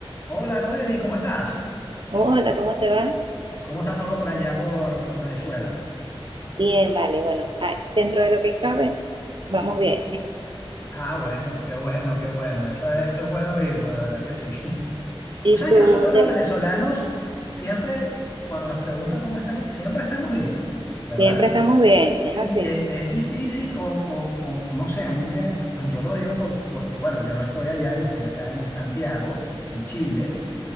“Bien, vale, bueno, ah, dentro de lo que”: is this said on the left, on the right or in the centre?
Right